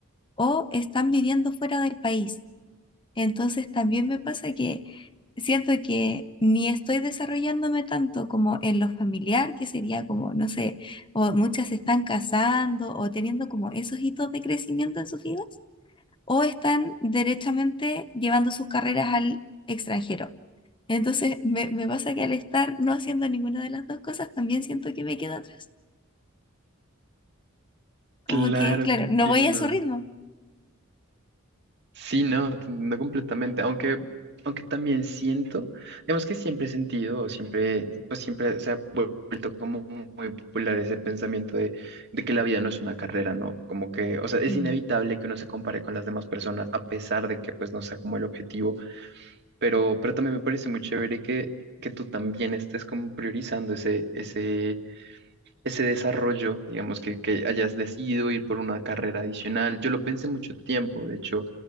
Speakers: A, on the left; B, on the right.
A: o están viviendo fuera del país. Entonces también me pasa que siento que ni estoy desarrollándome tanto como en lo familiar, que sería como, no sé, o muchas se están casando o teniendo como esos hitos de crecimiento en sus vidas, o están derechamente llevando sus carreras al extranjero. Entonces me, me pasa que al estar no haciendo ninguna de las dos cosas, también siento que me quedo atrás. Como
B: Claro,
A: que, claro,
B: te entiendo.
A: no voy a su ritmo.
B: Sí, no, no completamente, aunque, aunque también siento, digamos que siempre he sentido, o siempre, pues siempre se ha vuel- vuelto como muy popular ese pensamiento de, de que la vida no es una carrera, ¿no? Como que, o sea, es
A: Mm,
B: inevitable que uno se compare con las demás personas a pesar de que pues no sea como el objetivo, pero, pero también me parece muy chévere que, que tú también estés como priorizando ese, ese ese desarrollo, digamos, que, que hayas decidido ir por una carrera adicional. Yo lo pensé mucho tiempo, de hecho,